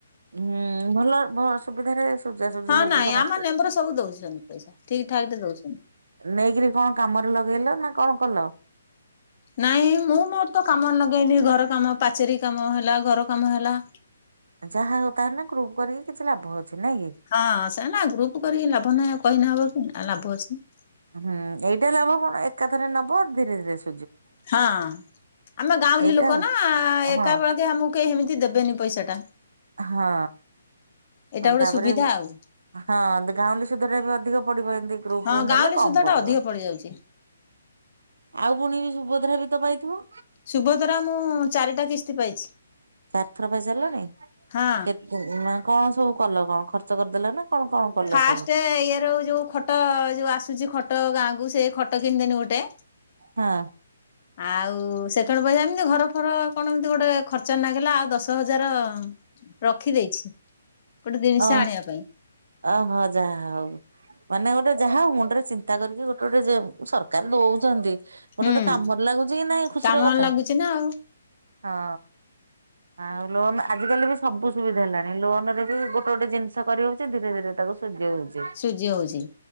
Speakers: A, on the right; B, on the left.
A: ହୁଁ ଭଲ ସୁବିଧାରେ ସୁଜାସୁଜି
B: ହଁ
A: ହେଉଛି
B: ନାଇଁ
A: ସମସ୍ତେ
B: ଆମ ମେମ୍ବର ସବୁ ଦଉଛନ୍ତି ପଇସା ଠିକ ଠାକ ରେ ଦଉଛନ୍ତି।
A: ନେଇକି କଣ କାମରେ ଲଗେଇଲ ନା କଣ କଲ
B: ନାଇଁ ମୁଁ ମୋର ତ କାମ ଲଗେଇଲିି ଘର କାମ ପାଚେରୀ କାମ ହେଲା ଘର କାମ ହେଲା
A: ଯାହା ହଉ ତାହେଲେ ଗ୍ରୁପ୍ କରିକି କିଛି ଲାଭ ଅଛି ନାଇଁ କି?
B: ହଁ ସେ ଗ୍ରୁପ୍ କରିକି ଲାଭ ନାହିଁ କହିନେ ହବ କି ଲାଭ ଅଛି
A: ହୁଁ ଏଇଟା ଲାଭ କଣ ଏକାଥରେ ନବ ଧୀରେ ଧୀରେ ସୁଜିବ
B: ହଁ ଆମ ଗାଉଁଲି
A: ଏଇଟା
B: ଲୋକ ନା ଏକା
A: ହଁ
B: ବେଳକେ ଆମକୁ କେହି ଏମିତି ଦେବେନି ପଇସା ଟା
A: ହଁ
B: ଏଇଟା ଗୋଟେ
A: ତାପରେ
B: ସୁବିଧା ଆଉ
A: ହଁ ଗାଉଁଲି ସୁଧା ଟା ବି ଅଧିକ ପଡ଼ିବ ଏମତି ଗ୍ରୁପ୍
B: ହଁ ଗାଉଁଲି
A: ନେଲେ କମ୍
B: ସୁଧ ଟା
A: ପଡ଼ିବ
B: ଅଧିକ ପଡିଯାଉଛି।
A: ଆଉ ପୁଣି ସୁଭଦ୍ରା ବି ତ ପାଇଥିବ
B: ଶୁଭଦ୍ରା ମୁଁ ଚାରିଟା କିସ୍ତି ପାଇଛି
A: ଚାରିଥର ପାଇସାରିଲଣି
B: ହଁ।
A: କେତେ ନା କଣ ସବୁ କଲ କଣ ଖର୍ଚ୍ଚ କରିଦେଲ ନା କଣ କଲ
B: ଫାଷ୍ଟେ
A: ସବୁ
B: ଇଏର ଯୋଉ ଖଟ ଯୋଉ ଆସୁଛି ଖଟ ଗାଁକୁ ସେ ଖଟ କିଣିଦେଲି ଗୋଟେ
A: ହଁ
B: ଆଉ ସେକେଣ୍ଡେ ପଇସା ଏମିତି ଘର ଫର କଣ ଏମିତି ଗୋଟେ ଖର୍ଚ୍ଚ ନାଗିଲା ଆଉ ଦଶ ହଜାର ରଖିଦେଇଛି ଗୋଟେ ଜିନିଷ
A: ଓ
B: ଆଣିବା ପାଇଁ
A: ଓହୋ ଯାହା ହଉ ମାନେ ଗୋଟେ ଯାହା ହଉ ମୁଣ୍ଡରେ ଚିନ୍ତା କରିକି ଗୋଟେ ଗୋଟେ ସରକାର ଦଉଛନ୍ତି ଗୋଟେ
B: ହୁଁ
A: ଗୋଟେ କାମରେ ଲାଗୁଛି କି ନାହିଁ ଖୁସିର
B: କାମ
A: କଥା
B: ଲାଗୁଛି ନା ଆଉ।
A: ହଁ ଆଉ ଲୋନ୍ ଆଜିକାଲି ବି ସବୁ ସୁବିଧା ହେଲାଣି ଲୋନ୍ ରେ ବି ଗୋଟେ ଗୋଟେ ଜିନିଷ କରିବ ଧୀରେ ଧୀରେ ତାକୁ ଶୁଜି ହେଉଛି
B: ସୁଜି ହେଉଛି